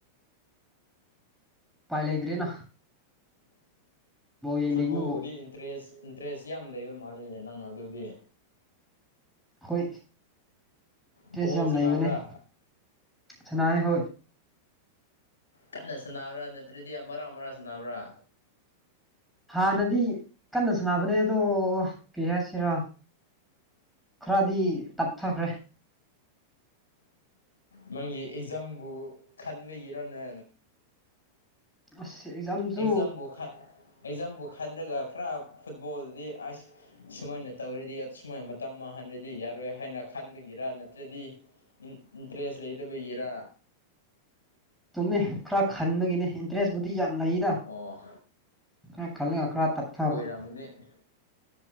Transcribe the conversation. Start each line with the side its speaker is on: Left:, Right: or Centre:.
Centre: ꯄꯥꯏ ꯂꯩꯥꯏꯗꯤꯔꯤꯅ ꯌꯦꯡꯅꯤꯡꯕꯕꯨ
Left: ꯐꯨꯠꯕꯣꯜꯕꯨꯗꯤ ꯏꯟꯇꯔꯦꯁ ꯗ꯭ꯔꯦꯁ ꯌꯥꯝ ꯂꯩꯕ ꯃꯥꯜꯂꯤꯅꯦ ꯅꯪ ꯑꯗꯨꯗꯤ
Centre: ꯍꯣꯏ ꯏꯟꯇ꯭ꯔꯦꯁ
Left: ꯐꯨꯠꯕꯣꯜ
Centre: ꯌꯥꯝ
Left: ꯁꯥꯟꯅꯕ꯭ꯔꯥ
Centre: ꯂꯩꯕꯅꯦ ꯁꯅꯥ ꯍꯣꯏ
Left: ꯀꯟꯅ ꯁꯥꯟꯅꯕ꯭ꯔꯥ ꯅꯠꯇ꯭ꯔꯗꯤ ꯃꯔꯥ ꯃꯔꯥ ꯁꯅꯕ꯭ꯔꯥ
Centre: ꯍꯥꯟꯅꯗꯤ ꯀꯟꯅ ꯁꯅꯕꯅꯦ ꯑꯗꯣ ꯀꯩ ꯍꯥꯏꯁꯤꯔꯣ ꯈꯔꯗꯤ ꯇꯞꯊꯈ꯭ꯔꯦ
Left: ꯅꯪꯒꯤ ꯑꯦꯛꯖꯥꯝꯕꯨ ꯈꯟꯕꯒꯤꯔꯣꯅꯦ
Centre: ꯑꯁ ꯑꯦꯖꯝꯁꯨ
Left: ꯑꯦꯛꯖꯥꯝꯕꯨ ꯈꯟ ꯑꯦꯛꯖꯥꯝꯕꯨ ꯈꯟꯂꯒ ꯈꯔ ꯐꯨꯠꯕꯣꯜꯗꯤ ꯑꯁ ꯁꯨꯃꯥꯏꯅ ꯇꯧꯔꯤꯗꯤ ꯁꯨꯃꯥꯏꯅ ꯇꯝꯃꯍꯟꯕꯗꯤ ꯌꯥꯔꯣꯏ ꯍꯥꯏꯅ ꯈꯟꯕꯒꯤꯔ ꯅꯠꯇ꯭ꯔꯗꯤ ꯏ ꯏꯟꯇ꯭ꯔꯦꯁ ꯂꯩꯇꯕꯒꯦꯔꯥ
Centre: ꯇꯨꯝꯃꯦ ꯈꯔ ꯈꯟꯕꯒꯤꯅꯦ ꯏꯟꯇꯔꯦꯁꯕꯨꯗꯤ ꯌꯥꯝ ꯂꯩꯗ
Left: ꯑꯣ
Centre: ꯈ ꯑꯈꯔ ꯇꯞꯊꯕ <unintelligible>
Left: ꯇꯃꯅꯦ <unintelligible>